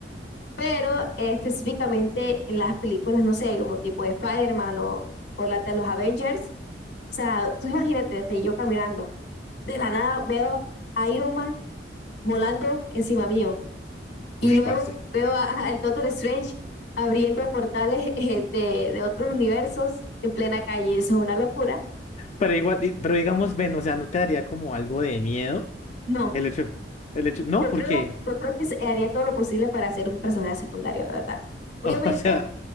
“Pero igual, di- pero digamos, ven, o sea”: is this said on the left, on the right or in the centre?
Left